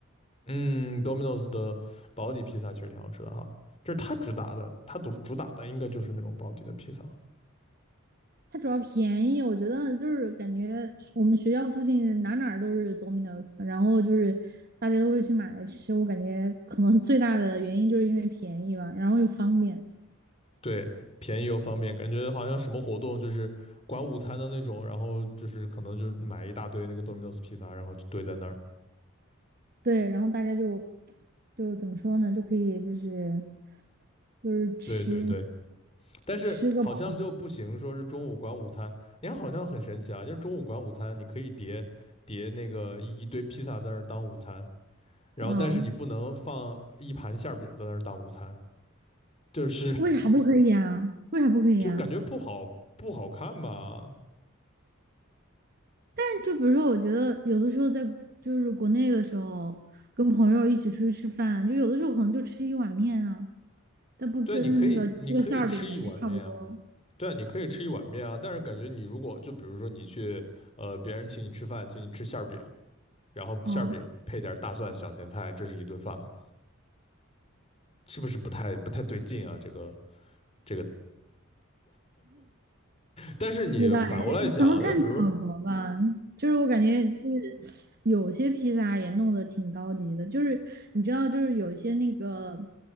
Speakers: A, on the left; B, on the right.
A: 嗯，Domino's 的保底披萨其实挺好吃的哈，就是它主打的，它主主打的应该就是那种保底的披萨。
B: 它主要便宜，我觉得就是感觉我们学校附近哪哪儿都是 Domino's，然后就是大家都会去买来吃，我感觉可能最大的原因就是因为便宜吧，然后又方便，
A: 对，便宜又方便，感觉好像什么活动就是管午餐的那种，然后就是可能就买一大堆那个 Domino's 披萨，然后就堆在那儿。
B: 对，然后大家就就怎么说呢，就可以就是就是吃
A: 对对对，但是好像就不行，
B: 吃个饱，
A: 说是中午管午餐，你看好像很神奇啊，就是中午管午餐，你可以叠叠那个一一堆披萨在那儿当午餐，然后但是你不能放一盘馅儿饼在那儿当午餐，
B: 嗯，
A: 就是
B: 为啥不可以啊？
A: <laughs>
B: 为啥不可以啊？
A: 就感觉不好不好看吧？
B: 但是就比如说，我觉得有的时候在就是国内的时候，跟朋友一起出去吃饭，就有的时候可能就吃一碗面啊，但不跟那个吃个馅儿饼感觉差不多。
A: 对，你可以你可以吃一碗面啊。对啊，你可以吃一碗面啊，但是感觉你如果就比如说你去呃别人请你吃饭，请你吃馅儿饼，然后馅儿饼配点大蒜、
B: 哦、
A: 小咸菜，这是一顿饭了，是不是不太不太对劲啊？这个这个，但是你反过来想，
B: 披萨，道哎，可能看场合吧。
A: 就比如
B: 就是我感觉，就是有些披萨也弄得挺高级的，就是你知道，就是有些那个